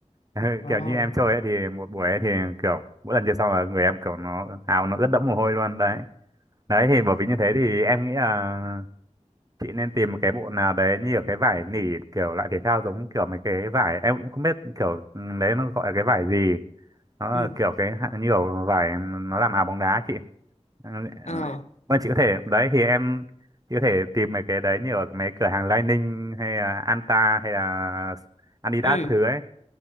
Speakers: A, on the right (about 30°); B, on the left (about 65°).
A: <laughs>
B: Ờ,
A: kiểu như em chơi ấy thì một buổi ấy thì kiểu mỗi lần chơi xong là người em kiểu nó áo nó rất đẫm mồ hôi luôn đấy. Đấy thì bởi vì như thế thì em nghĩ là chị nên tìm một cái bộ nào đấy như ở cái vải nỉ kiểu loại thể thao giống kiểu mấy cái vải em cũng không biết kiểu ừ, đấy nó gọi là cái vải gì nó
B: ừ,
A: là kiểu cái hạ- như kiểu vải nó làm áo bóng đá chị Ừ,
B: ờ,
A: vâng chị có thể đấy thì em chị có thể tìm mấy cái đấy như ở mấy cửa hàng Lining hay là Anta hay là Adidas
B: ừ,
A: các thứ ấy